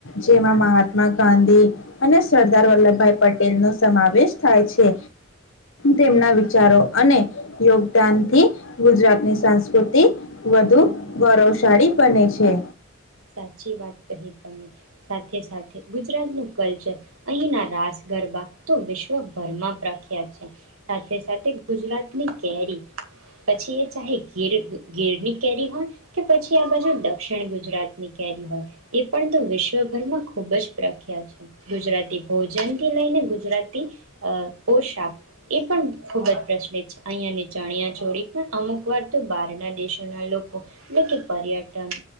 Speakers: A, on the left; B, on the right.
A: જેમાં મહાત્મા ગાંધી અને સરદાર વલ્લભભાઈ પટેલ નો સમાવેશ થાય છે. તેમના વિચારો અને યોગદાન થી ગુજરાતની સંસ્કૃતિ વધુ ગૌરવશાળી બને છે.
B: સાચી વાત કહી તમે સા સાથે સાથે ગુજરાતનું કલ્ચર અહીંના રાસ ગરબા તો વિશ્વભરમાં પ્રખ્યાત છે. સાથે સાથે ગુજરાતની કેરી પછી એ ચાહે ગીર ગીરની કેરી હોય કે પછી આ બાજુ દક્ષિણ ગુજરાત હોય એ પણ તો વિશ્વભરમાં ખુબ જ પ્રખ્યાત છે. ગુજરાતી ભોજન થી લઈને ગુજરાતી અ પોશાક એ પણ ખૂબ જ પ્રચલિત છે. અહિયાંની ચણિયા જોડી પણ અમુક વાર તો બહારના દેશોના લોકો એટલે કે પર્યટન